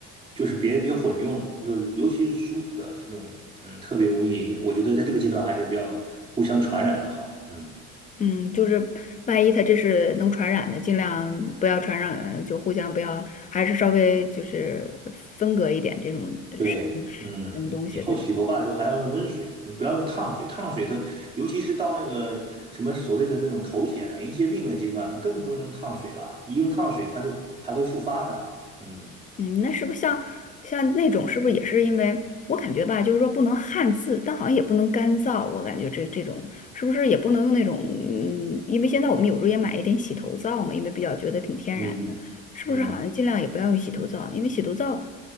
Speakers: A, on the right (about 15°); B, on the left (about 25°).
A: 就是别别混用，就是尤其是梳子这种，嗯，特别容易。我觉得在这个阶段还是不要互相传染的好。嗯。
B: 嗯，就是万一他这是能传染的，尽量不要传染，就互相不要，还是稍微就是分隔一点这种呃什
A: 对，嗯，
B: 么东西，
A: 以后洗头发的时候还要用温水，
B: 对吧？
A: 你不要用烫水。烫水它，尤其是到那个什么所谓的那种头癣啊、银屑病的阶段，那更不能用烫水了。一用烫水，它就还会复发呢。嗯
B: 嗯，那是不是像像那种，是不是也是因为我感觉吧，就是说不能汗渍，但好像也不能干燥，我感觉这这种是不是也不能用那种，嗯，因为现在我们有时候也买一点洗头皂嘛，因为比较觉得挺天然的，
A: 嗯
B: 是不是好像尽量也不要用洗头皂，
A: 嗯
B: 因为洗头皂